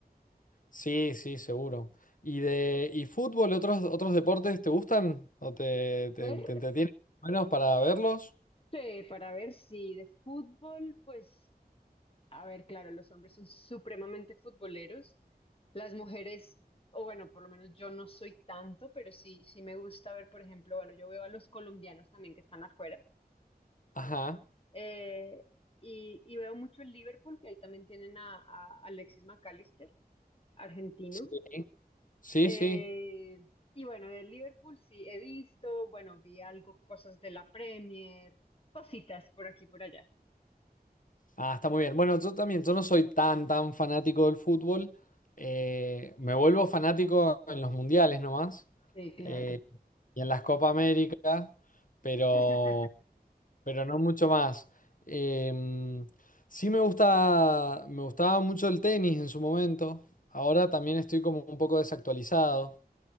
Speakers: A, on the left (about 55°); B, on the left (about 35°).
A: sí, sí, seguro. ¿Y de y fútbol, otros, otros deportes te gustan o te,
B: Ver,
A: te, te entretienen menos para verlos?
B: eh, para ver si de fútbol, pues, a ver, claro, los hombres son supremamente futboleros. Las mujeres, o bueno, por lo menos yo no soy tanto, pero sí, sí me gusta ver, por ejemplo, bueno, yo veo a los colombianos también que están afuera.
A: Ajá.
B: Eh, y, y veo mucho el Liverpool, que ahí también tienen a, a Alexis McAllister, argentino.
A: Sí, sí,
B: Eh,
A: sí.
B: y bueno, del Liverpool sí he visto, bueno, vi algo, cosas de la Premier, cositas por aquí y por allá.
A: Ah, está muy bien. Bueno, yo también, yo no soy tan, tan fanático del fútbol. Eh, me vuelvo fanático en los mundiales nomás
B: Sí, claro.
A: eh, y en las Copa América, pero,
B: <laughs>
A: pero no mucho más. Eh, sí me gusta, me gustaba mucho el tenis en su momento. Ahora también estoy como un poco desactualizado.